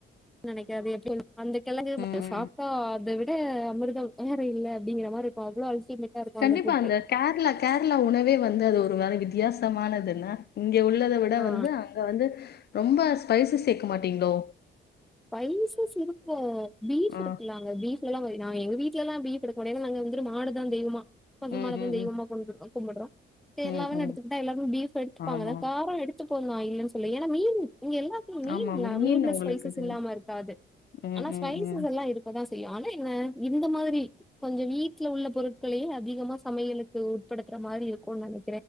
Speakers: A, in the centre; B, on the left.
A: நெனக்கய வேப்புல் அந்த கிழங்கு மது
B: ம்,
A: சாப்ட்டா அத விட அமிர்தம் வேற இல்ல அப்டிங்கிற மாரி இருக்கு அவ்ளோ அல்டிமேட்டா இருக்கு
B: கண்டிப்பா
A: புட்டு
B: அந்த கேர்ளா கேர்ளா உணவே வந்து அது ஒரு வித் வித்தியாசமானதுனா இங்க உள்ளத விட
A: ஆ
B: வந்து அங்க வந்து ரொம்ப ஸ்பைஸு சேக்க மாட்டீங்ளோ
A: பைசஸ் இருக்கு பீஃப்
B: ஆ.
A: இருக்குள்ள அங்க பீஃப்லதா வரி நா எங்க வீட்லலா இப்டி கெடக் மோட எல்லா நாங்க வந்துட்டு மாடுதா தெய்வமா பசு
B: ம்,
A: மாடத்தா
B: ம்,
A: தெய்வமா
B: ம்,
A: கொண்டுருந்தோ கும்புட்றோ து எல்லாவேன்
B: ம், ம்.
A: எடுத்துக்குட்டா எல்லாரு பீப் எடுத்துப்பாங்கதா
B: ஆமா,
A: காரோ எடுத்துகு ப்போ நா இல்லன் சொல்ல ஏனா மீன் இங்க எல்லாத்லியி மீன்யா
B: ஆமா. மீன்
A: மீன்ல
B: உங்களுக்கு
A: ஸ்பைசஸ்
B: இது.
A: தில்லாம இருக்காது
B: ம்,
A: ஆனா
B: ம்,
A: ஸ்பைசஸ்
B: ம்.
A: எல்லா இருக்கதா தி ஆனா என்ன இந்த மாதுரி கொஞ்ச வீட்ல உள்ள பொருட்கள்ளே அதிகமா சமையலுக்கு உட்படுத்துற மாரி இருக்குன் நெனை